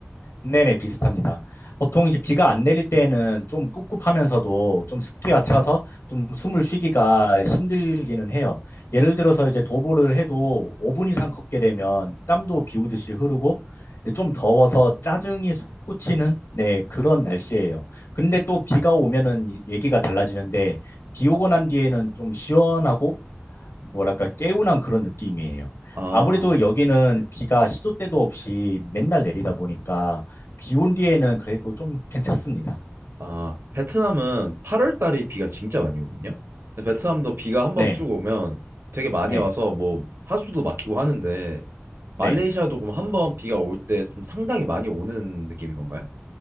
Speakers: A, on the left (about 80°); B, on the right (about 70°).
A: 네네, 비슷합니다. 보통 이제 비가 안 내릴 때는 좀 꿉꿉하면서도 좀 습기가 차서 좀 숨을 쉬기가 힘들기는 해요. 예를 들어서 이제 도보를 해도 5분 이상 걷게 되면 땀도 비 오듯이 흐르고 좀 더워서 짜증이 솟구치는 네, 그런 날씨예요. 근데 또 비가 오면은 이- 얘기가 달라지는데 비 오고 난 뒤에는 좀 시원하고 뭐랄까 개운한 그런 느낌이에요.
B: 아,
A: 아무래도 여기는 비가 시도 때도 없이 맨날 내리다 보니까 비 온 뒤에는 그래도 좀 괜찮습니다.
B: 아, 베트남은 8월 달에 비가 진짜 많이 오거든요. 근데 베트남도 비가 한번
A: 네,
B: 쭉 오면 되게 많이
A: 네,
B: 와서 뭐 하수도 막히고 하는데
A: 네,
B: 말레이시아도 그럼 한번 비가 올 때 좀 상당히 많이 오는 느낌인 건가요?